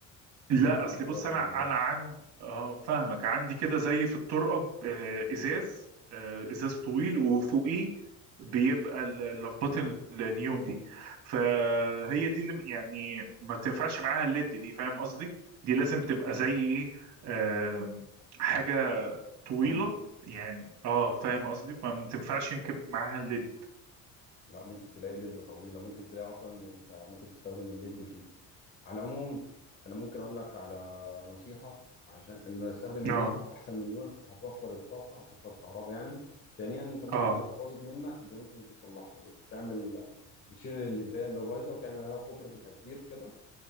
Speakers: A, on the left; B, on the right.
A: النيون
B: لا اصل
A: دي
B: بص
A: بقت
B: انا
A: قليل
B: انا
A: قوي
B: عندي اه فاهمك عندي كده زي في الطرقه آه، ازاز آه، ازاز طويل وفوقيه بيبقى ال- لمبات النيون دي فهي دي اللي م- يعني ما بتنفعش معاها الليد دي فاهم قصدي دي لازم تبقى زي ايه آم، حاجه طويله
A: طويله
B: يعني اه فاهم قصدي فما تنفعش يمكن معاها الليد
A: لا ممكن تلاقي ليد طويلة ممكن تلاقي أصلا أنت ممكن تستخدم الليد فيه على العموم أنا ممكن أقول لك على نصيحة عشان إن استخدم الليد
B: اه
A: أحسن من يون هتوفر الطاقة هتوفر الكهرباء يعني ثانيا أنت ممكن
B: اه
A: لو باظت منك ممكن تصلحها بتعمل بتشيل الليداية اللي بايظة وتعمل عليها كوبري بالأزير كده